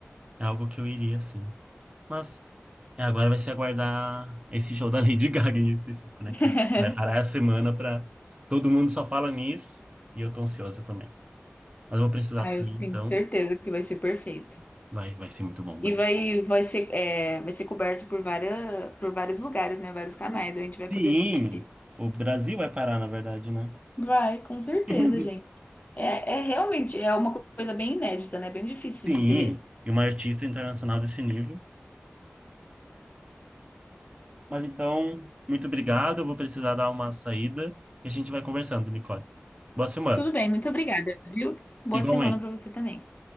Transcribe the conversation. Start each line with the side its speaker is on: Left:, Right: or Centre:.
Right: é algo que eu iria sim. Mas É, agora vai se aguardar esse show da Lady Gaga em específico, né?
Left: <laughs>
Right: Que a gente vai parar a semana pra. Todo mundo só fala nisso e eu tô ansiosa também. Mas eu vou precisar
Left: Ah,
Right: sair,
Left: eu tenho
Right: então
Left: certeza que vai ser perfeito.
Right: vai, vai ser muito bom.
Left: E
Right: Vai.
Left: vai, vai ser, é, vai ser coberto por várias, por vários lugares, né? Vários canais, a gente vai poder
Right: Sim,
Left: assistir.
Right: o Brasil vai parar, na verdade, né?
Left: Vai, com certeza,
Right: <laughs>
Left: gente. É, é realmente é uma co- coisa bem inédita, né? Bem difícil
Right: Sim,
Left: de se ver.
Right: e uma artista internacional desse nível. Mas então, muito obrigado. Eu vou precisar dar uma saída e a gente vai conversando, Nicole. Boa semana.
Left: Tudo bem, muito obrigada, viu? Boa
Right: Igualmente.
Left: semana para você também.